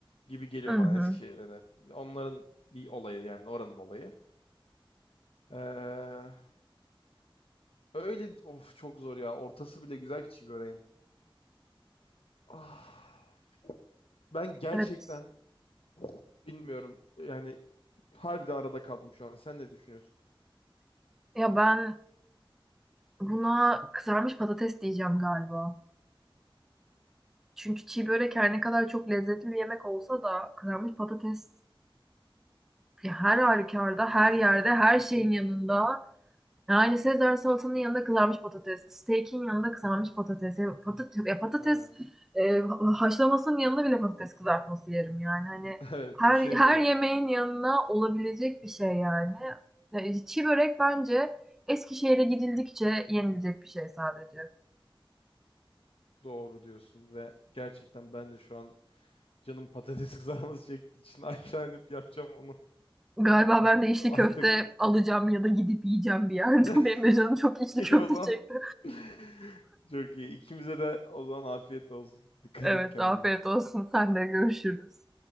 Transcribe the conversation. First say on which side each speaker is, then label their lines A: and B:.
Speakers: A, on the left; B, in the centre.
A: gibi geliyor
B: Hı hı.
A: bana Eskişehir'e. Onların bir olayı yani oranın olayı. Ee, öyle of çok zor ya. Ortası bile güzel ki çi böreğin. Ah, ben gerçekten
B: Evet
A: bilmiyorum. Yani harbiden arada kaldım şu an. Sen ne düşünüyorsun?
B: Ya ben buna kızarmış patates diyeceğim galiba. Çünkü çiğ börek her ne kadar çok lezzetli bir yemek olsa da kızarmış patates ya her halükarda,
A: Uf,
B: her yerde, her şeyin
A: bir şey
B: yanında. Yani Sezar salatanın yanında kızarmış patates, steak'in yanında kızarmış patates, ya patates, ya patates
A: Evet.
B: e, haşlamasının yanında bile patates kızartması yerim yani. Hani
A: <laughs> Evet,
B: her
A: bir şey
B: her
A: diyeceğim.
B: yemeğin yanına olabilecek bir şey yani. Ya, Çiğ börek bence Eskişehir'e gidildikçe yenilecek bir şey sadece.
A: Doğru diyorsun ve gerçekten ben de şu an canım patates <laughs> kızarması çektiği için aşağı inip yapacağım onu.
B: Galiba ben de içli
A: Artık
B: köfte alacağım ya da gidip yiyeceğim bir yerde.
A: <laughs>
B: <laughs> Benim de canım çok içli
A: iyi
B: köfte
A: o zaman.
B: çekti.
A: <laughs> Çok iyi. İkimize de o zaman afiyet olsun. Dikkat
B: Evet,
A: et kendine.
B: afiyet olsun. Sen de görüşürüz.